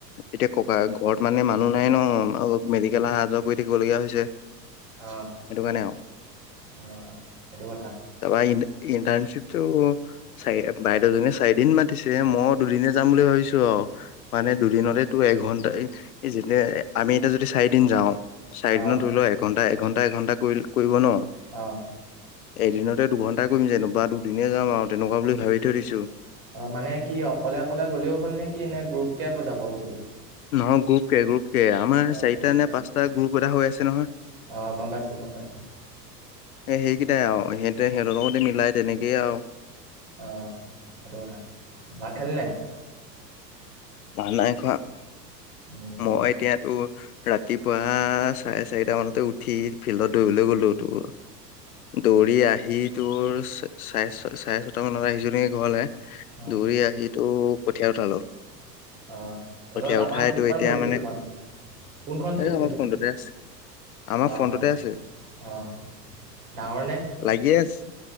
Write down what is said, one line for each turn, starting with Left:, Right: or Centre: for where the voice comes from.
Left: এতিয়া ককা ঘৰত মানে মানুহ নাই ন মেডিকেল অহা যোৱা কৰি থাকিবলগীয়া হৈছে।
Right: অ',
Left: সেইটো কাৰণে আৰু
Right: অ', এইটো কথা।
Left: তাৰ ইণ্টাৰ্ণশ্বিপটো চাগে বাইদেউজনীয়ে চাৰিদিন মাতিছে মই দুদিনে যাম বুলি ভাবিছো আৰু। মানে দুদিনতো এঘন্টাই যে আমি এতিয়া যদি চাৰিদিন যাওঁ। চাৰিদিনত
Right: অ',
Left: ধৰি লোৱা এঘণ্টা এঘণ্টা এঘণ্টা কৰি কৰিব ন।
Right: অ'।
Left: এদিনতে দুঘণ্টাই কৰিম যেনিবা দুদিনেই যাম আৰু তেনেকুৱা বুলি ভাবি থৈ দিছোঁ।
Right: অ', মানে কি অকলে অকলে গ'লেও হ'ল নে কি এনে গ্ৰুপ কে বজাব বস্তুটো?
Left: নহয় গ্ৰুপকে গ্ৰুপ কে আমাৰ
Right: অ',
Left: চাৰিটা
Right: গ্ৰুপকে
Left: নে পাঁচটা গ্ৰুপ এটা হৈ আছে নহয়।
Right: অ', গম পাইছোঁ, গম পাইছোঁ
Left: এ সেইকেইটাই আৰু সেইটোৱে সিহঁতৰ লগতে মিলাই তেনেকেই আৰু।
Right: অ', সেইটো কথা, ভাত খালি নাই?
Left: ভাত নাই খোৱা
Right: উম,
Left: মই এতিয়া তোৰ ৰাতিপুৱা চাৰে চাৰিটা মানতে উঠি ফিল্ডত দৌৰিবলৈ গ'লো তোৰ। দৌৰি আহি তোৰ চাৰে-ছ-চাৰে ছটা মানত আহিছোঁ নেকি ঘৰলৈ।
Right: অ',
Left: দৌৰি আহি তোৰ কঠিয়া উঠালো।
Right: অ', তহঁতৰ
Left: কঠীয়া
Right: তাৰপৰা
Left: উঠাই
Right: কিমান
Left: তো এতিয়া
Right: দূৰ ফিল্ডখন?
Left: মানে
Right: কোনখন ফিল্ডনো?
Left: এ আমাৰ ফোনটোতে আছে আমাৰ
Right: অ'
Left: ফোনটোতে
Right: অ'
Left: আছে
Right: অ'। ডাঙৰনে?
Left: লাগিয়েই আছে,